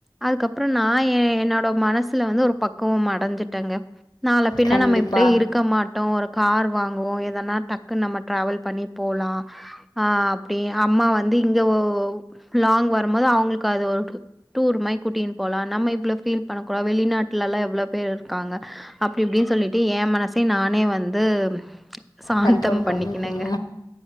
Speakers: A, in the centre; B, on the left (about 55°).
A: அதுக்கப்புறோ நா எ என்னோட மனசுல வந்து ஒரு பக்குவமடஞ்சுட்டேங்க நாளப் பின்ன
B: கண்டிப்பா.
A: நம்ம இப்படியே இருக்க மாட்டோ ஒரு கார் வாங்குவோ எதனா டக்குன் நம்ம டிராவல் பண்ணி போலா ஆ அப்டி அம்மா வந் து இங்க வ லாங் வருமோது அவங்களுக்கு அது ஒரு டூர் மாரி கூட்டீன் போலா நம்ம இவ்ளோ ஃபீல் பண்ண கூடா வெளிநாட்ல எல்லா எவ்ளோ பேர் இருக்காங்க அப்டி இப்டின் சொல்லிட்டு ஏ மனசயே நானே வந்து சாந்தம்
B: கண்ட்ரோல்
A: பண்ணிக்கினேங்க
B: பண்ணிப்பீங்க